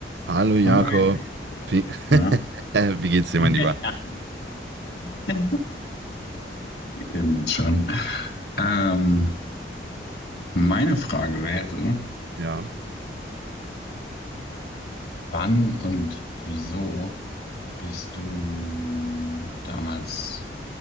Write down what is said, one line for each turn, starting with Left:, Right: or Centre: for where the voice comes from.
Right: Hallo Jakob,
Left: Hi.
Right: wie,
Left: Na?
Right: <laughs> wie geht's dir,
Left: Ja.
Right: mein Lieber?
Left: Wir kennen uns schon. Ähm, meine Frage wäre,
Right: Ja.
Left: wann und wieso bist du damals